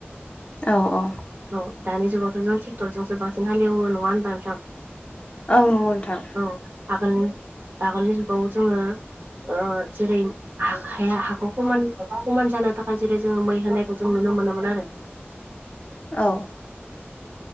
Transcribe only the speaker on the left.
औ औ
औ नंगौ नोंथां
औ